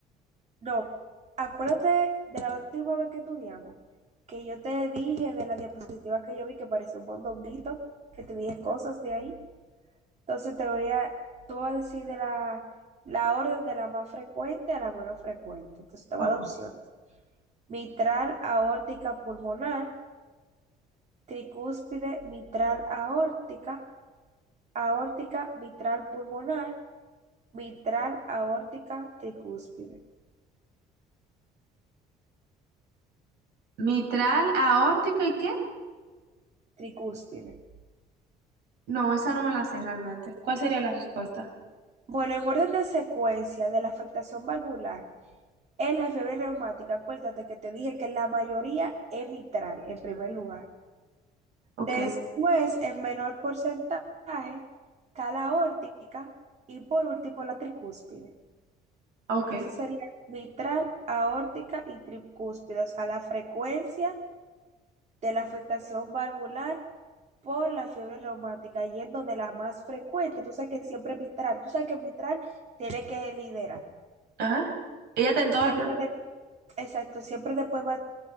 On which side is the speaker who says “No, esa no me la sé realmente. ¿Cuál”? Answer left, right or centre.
Right